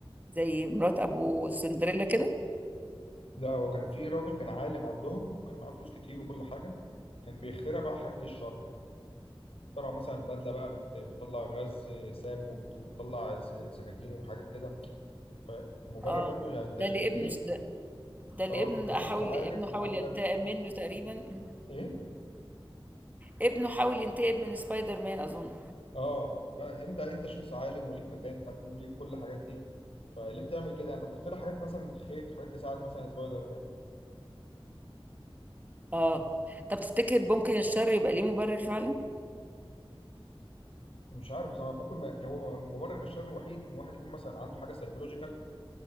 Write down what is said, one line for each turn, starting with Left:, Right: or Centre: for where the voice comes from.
Right: زي مرات أبو سندريلا كده
Left: لا هو كان في راجل كان عالم عندهم وكان معاه فلوس كتير وكل حاجه كان بيخترع بقى حاجات للشر اخترع مثلا بدله بقى بت- بتطلع غاز سام وبت- وبتطلع س- سكاكين وحاجات كده فمبرر
Right: اه
Left: برضو يعني انت انت
Right: ده اللي
Left: ليه
Right: ابنه است... ده اللي
Left: اه
Right: ابن
Left: انت شخص
Right: حاول
Left: عالم
Right: ابنه حاول
Left: وعندك
Right: ينتقم منه تقريبا م.
Left: ايه
Right: ابنه حاول ينتقم من سبايدر مان أظن
Left: اه فانت انت شخص عالم وليك مكانتك وليك كل الحاجات دي فليه بتعمل كده يعني طب اختار حاجات مثلا تخيل حاجات تساعد مثلا سبايدر مان
Right: اه طب تفتكر ممكن الشر يبقى ليه مبرر فعلا
Left: مش عارف بصراحه ممكن ما هو مبرر الشر الوحيد ان واحد يكون مثلا عنده حاجه سايكولوجيكال